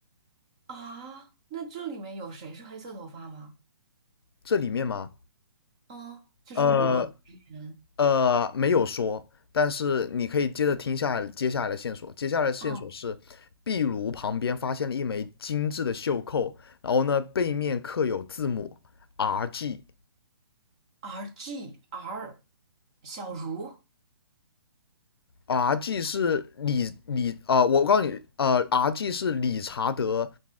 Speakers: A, on the right; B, on the left.
A: 啊？那这里面有谁是黑色头发吗？
B: 这里面吗？
A: 嗯，就是五个人。
B: 呃，呃，没有说，但是你可以接着听下来接下来的线索。接下来的线索是，
A: 嗯
B: 壁炉旁边发现了一枚精致的袖扣，然后呢，背面刻有字母 R G。
A: ，R G R，小茹。
B: R G 是理理呃，我告诉你，呃，R G 是理查德